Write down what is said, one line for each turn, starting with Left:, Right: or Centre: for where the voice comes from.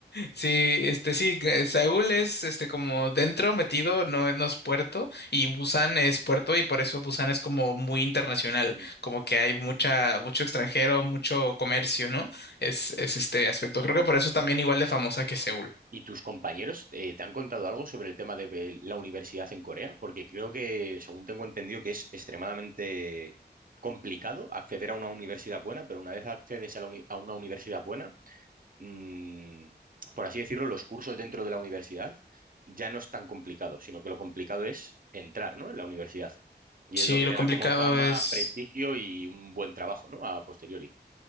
Left: Sí, este sí, que Seúl es este como dentro metido, no, no es puerto, y Busan es puerto, y por eso Busan es como muy internacional,
Right: Mm. Mm.
Left: como que hay mucha, mucho extranjero, mucho comercio, ¿no? Es, es este aspecto.
Right: ¿Y,
Left: Creo que
Right: y-
Left: por eso es también igual de famosa que Seúl.
Right: y tus compañeros eh, te han contado algo sobre el tema de eh, la universidad en Corea? Porque creo que, según tengo entendido, que es extremadamente complicado acceder a una universidad buena, pero una vez accedes a, la uni- a una universidad buena, mm, por así decirlo, los cursos dentro de la universidad ya no es tan complicado, sino que lo complicado es entrar, ¿no? en la universidad. Y
Left: Sí,
Right: es lo que
Left: lo
Right: te
Left: complicado
Right: da como fama,
Left: es.
Right: prestigio y un buen trabajo, ¿no? A posteriori.